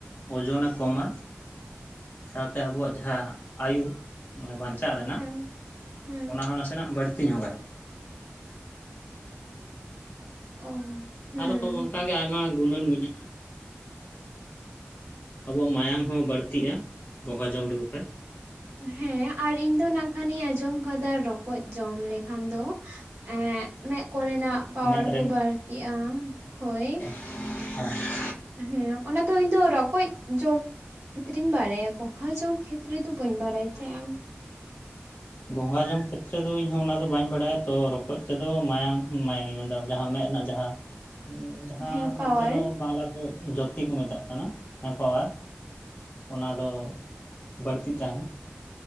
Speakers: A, on the left (about 50°); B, on the right (about 80°).
A: ᱳᱡᱳᱱ ᱮ ᱠᱚᱢᱟ ᱥᱟᱶᱛᱮ ᱟᱵᱚᱣᱟᱜ ᱡᱟᱦᱟᱸ ᱟᱭᱩ <unintelligible> ᱢᱟᱱᱮ ᱵᱟᱧᱪᱟᱜ ᱨᱮᱱᱟᱜ
B: ᱦᱮᱸ ᱦᱮᱸ
A: ᱚᱱᱟ ᱦᱚᱸ ᱱᱟᱥᱮᱱᱟᱜ ᱵᱟᱹᱲᱛᱤ ᱧᱚᱜᱟᱭ᱾
B: ᱚ, ᱦᱮᱸ
A: ᱟᱨᱚ ᱛᱚ ᱚᱱᱠᱟᱜᱮ ᱟᱭᱢᱟ ᱜᱩᱱᱟᱹᱱ ᱢᱮᱱᱟᱜᱼᱟ᱾ ᱟᱵᱚᱣᱟᱜ ᱢᱟᱭᱟᱢ ᱦᱚᱸ ᱵᱟᱹᱲᱛᱤᱜᱼᱟ ᱜᱚᱸᱜᱷᱟ ᱡᱚᱢ ᱞᱮᱠᱚ ᱠᱷᱟᱡ᱾
B: ᱦᱮᱸ ᱟᱨ ᱤᱧ ᱫᱚ ᱱᱟᱜ ᱠᱷᱟᱱᱤᱧ ᱟᱸᱡᱚᱢ ᱠᱟᱫᱟ ᱨᱚᱠᱚᱡ ᱡᱚᱢ ᱞᱮᱠᱷᱟᱱ ᱫᱚ ᱮᱜ ᱢᱮᱫ ᱠᱚᱨᱮᱱᱟᱜ ᱯᱟᱣᱟᱨ
A: ᱢᱮᱸᱫ
B: ᱠᱚ ᱵᱟᱹᱲᱛᱤᱜᱼᱟ ᱦᱳᱭ
A: ᱦᱮᱸ <inaudible>
B: ᱦᱮᱸ ᱚᱱᱟ ᱫᱚ ᱤᱧ ᱫᱚ ᱨᱚᱠᱚᱡ ᱡᱚᱢ <unintelligible> ᱵᱟᱲᱟᱭᱟ ᱜᱚᱝᱸᱜᱷᱟ ᱡᱚᱢ ᱠᱷᱮᱛᱨᱮ ᱫᱚ ᱵᱟᱹᱧ ᱵᱟᱲᱟᱭ ᱛᱟᱦᱮᱸᱜᱼᱟ᱾
A: ᱜᱚᱸᱜᱷᱟ ᱡᱚᱢ ᱠᱷᱮᱛᱨᱮ ᱫᱚ ᱤᱧᱦᱚ ᱚᱱᱟ ᱫᱚ ᱵᱟᱹᱧ ᱵᱟᱰᱟᱭᱟ ᱛᱚ ᱨᱚᱠᱚᱡ ᱛᱮᱫᱚ ᱢᱟᱭᱟᱝ ᱢᱟᱭᱟᱝ ᱢᱮᱱᱫᱟ ᱡᱟᱦᱟᱸ ᱢᱮᱫ ᱨᱮᱱᱟᱜ ᱡᱟᱦᱟᱸ ᱡᱟᱦᱟᱸ
B: ᱦᱮᱸ
A: ᱱᱚᱱᱛᱮ
B: ᱯᱟᱣᱟᱨ
A: ᱫᱚ ᱵᱟᱝᱞᱟ ᱫᱚ ᱡᱚᱛᱤ ᱠᱚ ᱢᱮᱛᱟᱜ ᱠᱟᱱᱟ ᱦᱮᱸ ᱯᱟᱣᱟᱨ ᱚᱱᱟ ᱫᱚ ᱵᱟᱹᱲᱛᱤᱜ ᱛᱟᱦᱮᱱᱟ᱾